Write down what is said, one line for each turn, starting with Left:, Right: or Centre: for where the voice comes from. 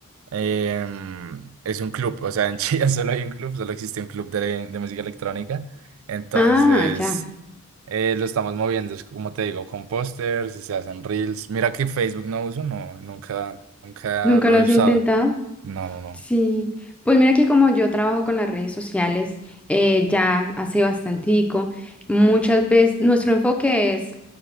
Right: em, es un club, o sea, en Chía <laughs> solo hay un club, solo existe un club de, de música electrónica, entonces
Centre: Ah, ya.
Right: eh, lo estamos moviendo, es como te digo, con pósters y se hacen reels. Mira que Facebook no uso, no, nunca, nunca
Centre: ¿Nunca
Right: lo
Centre: lo has
Right: he usado.
Centre: intentado?
Right: No, no, no.
Centre: Sí, pues mira que como yo trabajo con las redes sociales eh, ya hace bastantico, muchas veces nuestro enfoque es